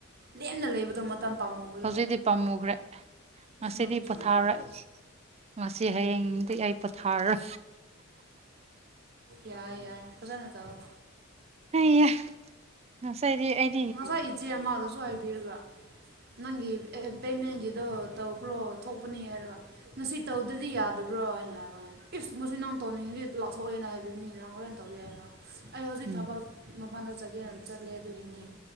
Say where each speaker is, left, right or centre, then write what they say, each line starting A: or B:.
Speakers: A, on the right; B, on the right.
A: ꯂꯦꯝꯅ ꯂꯩꯕꯗꯣ ꯃꯇꯝ ꯄꯥꯝꯃꯧꯕꯗꯣ
B: ꯍꯧꯖꯤꯗꯤ ꯄꯥꯝꯃꯨꯈ꯭ꯔꯦ ꯉꯁꯤꯗꯤ
A: ꯅꯪꯁꯨ
B: ꯄꯣꯊꯥꯔꯦ
A: ꯂꯩꯔꯦ
B: ꯃꯁꯤ ꯍꯌꯦꯡꯗꯤ ꯑꯩ ꯄꯣꯊꯥꯔꯣꯏ
A: ꯌꯥꯏ ꯌꯥꯏ ꯐꯖꯅ ꯇꯧꯑꯣ
B: ꯑꯩꯌꯥ ꯉꯁꯤꯗꯤ ꯑꯩ
A: ꯉꯁꯥꯏ ꯏꯆꯦ ꯑꯃꯗꯨꯁꯨ ꯍꯥꯏꯕꯤꯔꯒ ꯅꯪꯒꯤ ꯄꯦꯃꯦꯟꯒꯤꯗꯣ ꯇꯧꯈ꯭ꯔꯣ ꯊꯣꯛꯄꯅꯦ ꯍꯥꯏꯔꯒ ꯉꯁꯤ ꯇꯧꯗ꯭ꯔꯗꯤ ꯌꯥꯗꯕ꯭ꯔꯣ ꯍꯥꯏꯅ ꯍꯥꯏꯕꯅ ꯏꯁ ꯉꯁꯤ ꯅꯪ ꯇꯧꯅꯤꯡꯉꯗꯤ ꯂꯥꯞꯊꯣꯛꯑꯦꯅ ꯍꯥꯏꯕꯤꯕꯅꯤꯅ ꯍꯣꯔ ꯑꯣꯏꯅ ꯇꯧꯕꯤ ꯌꯥꯏꯔꯣ ꯑꯩ ꯍꯧꯖꯤꯛ
B: ꯎꯝ
A: ꯊꯕꯛ ꯃꯐꯥꯟꯗ ꯆꯠꯒꯦꯅ ꯆꯠꯂꯦ ꯑꯗꯨꯒꯤꯅꯤ